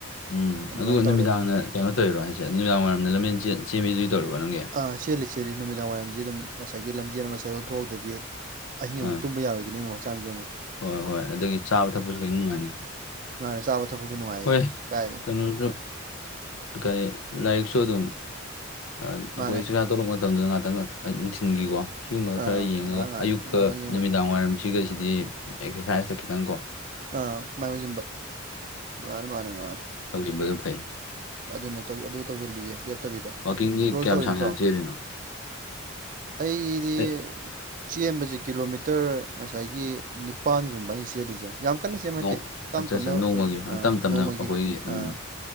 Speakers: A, on the left; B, on the right.
A: ꯎꯝ
B: ꯑꯗꯨꯃꯥꯏꯅ
A: ꯑꯗꯨꯒ
B: ꯇꯧꯔꯦ
A: ꯅꯨꯃꯤꯗꯥꯡꯅ ꯀꯩꯅꯣ ꯇꯧꯔꯣ ꯍꯥꯏꯁꯦ ꯅꯨꯃꯤꯗꯥꯡ ꯋꯥꯏꯔꯝꯗ ꯂꯝꯖꯦꯟ ꯆꯦꯟꯕꯤꯗꯨꯗꯤ ꯇꯧꯔꯤꯕ꯭ꯔꯣ ꯅꯪꯒꯤ
B: ꯑꯥ ꯆꯦꯜꯂꯤ ꯆꯦꯜꯂꯤ ꯅꯨꯃꯤꯗꯥꯡ ꯋꯥꯏꯔꯝꯗꯤ ꯑꯗꯨꯝ ꯉꯁꯥꯏꯒꯤ ꯂꯝꯖꯦꯜ ꯑꯃ ꯁꯤꯗ ꯊꯣꯛꯍꯧꯗ꯭ꯔꯗꯤ ꯑꯍꯤꯡ ꯑꯃꯨꯛ
A: ꯑꯥ
B: ꯇꯨꯝꯕ ꯌꯥꯔꯣꯏꯗꯨꯢꯅꯦ ꯑꯃꯨꯛ ꯍꯛꯆꯥꯡꯁꯦ ꯑꯃꯨꯛ
A: ꯍꯣꯏ ꯍꯣꯏ ꯑꯗꯨꯗꯒꯤ ꯆꯥꯕ ꯊꯛꯄꯁꯨ ꯈꯤꯡ ꯅꯨꯡꯉꯥꯏꯅ
B: ꯃꯥꯥꯟꯅꯦ ꯆꯥꯕ ꯊꯛꯄꯁꯨ ꯅꯨꯡꯉꯥꯏꯌꯦ
A: ꯍꯣꯏ
B: ꯑꯁ ꯀꯥꯏꯗꯩ
A: ꯀꯩꯅꯣꯁꯨ ꯀꯔꯤ ꯂꯥꯏꯔꯤꯛꯁꯨ ꯑꯗꯨꯝ ꯑꯩꯈꯣꯏ
B: ꯃꯥꯅꯦ
A: ꯇꯣꯂꯛ ꯃꯇꯝꯗ ꯉꯍꯥꯛꯇꯪ ꯅꯨꯡꯊꯤꯟꯒꯤꯀꯣ ꯁꯤꯒꯨꯝꯕ
B: ꯑꯥ
A: ꯈꯔ ꯌꯦꯡꯉꯒ
B: ꯉꯥꯏꯍꯥꯛ ꯉꯥꯏꯍꯥꯛ
A: ꯑꯌꯨꯛꯀ
B: ꯉꯥꯏꯍꯥꯛ ꯉꯥꯏꯍꯥꯛ ꯌꯦꯡꯕ
A: ꯅꯨꯃꯤꯗꯥꯡ ꯋꯥꯏꯔꯝꯁꯤ ꯁꯤꯒꯁꯤꯗꯤ ꯑꯦꯛꯁꯔꯁꯥꯏꯖꯇ ꯈꯤꯇꯪ ꯀꯣ
B: ꯑꯥ ꯃꯥꯏ ꯑꯣꯟꯖꯤꯟꯕ ꯃꯥꯅꯦ ꯃꯥꯅꯦ ꯃꯥꯅꯦ
A: ꯇꯧꯖꯤꯟꯕꯗ ꯐꯩ
B: ꯑꯗꯨꯅꯦ ꯑꯗꯨ ꯇꯧꯁꯤꯜꯂꯤꯌꯦ ꯂꯦꯞꯇꯕꯤꯗ
A: ꯋꯥꯛꯀꯤꯡꯗꯤ
B: ꯕ꯭ꯔꯣꯁꯨ
A: ꯀꯌꯥꯝ
B: ꯇꯧꯔꯤꯕ
A: ꯁꯥꯡ
B: ꯅꯠꯇ꯭ꯔꯣ
A: ꯁꯥꯡ ꯆꯦꯜꯂꯤꯅꯣ
B: ꯑꯩꯗꯤ
A: ꯑꯦ
B: ꯆꯦꯟꯕꯁꯦ ꯀꯤꯂꯣꯃꯤꯇ ꯍꯇꯔ ꯉꯁꯥꯏꯒꯤ ꯅꯤꯄꯥꯟꯒꯨꯝꯕ ꯑꯩꯅ ꯆꯦꯜꯂꯤꯁꯦ ꯌꯥꯝ ꯀꯟꯅ ꯁꯦꯝꯕ
A: ꯅꯣꯡ
B: ꯅꯠꯇꯦ ꯇꯞ
A: ꯑꯠꯆꯥ
B: ꯇꯞꯅ
A: ꯑꯠꯆꯥ
B: ꯑꯩꯈꯣꯏꯒꯤ
A: ꯅꯣꯡꯃꯒꯤ
B: ꯑꯥ
A: ꯇꯞ ꯇꯞꯅ
B: ꯅꯣꯡꯃꯒꯤ
A: ꯑꯩꯈꯣꯏꯒꯤ
B: ꯑꯥ
A: ꯎꯝ